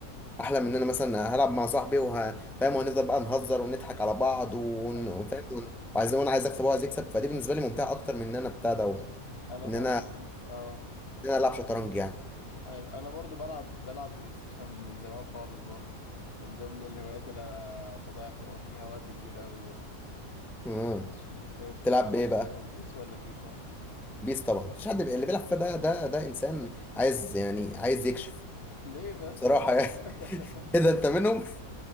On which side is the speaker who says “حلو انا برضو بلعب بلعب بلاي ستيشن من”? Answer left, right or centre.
Left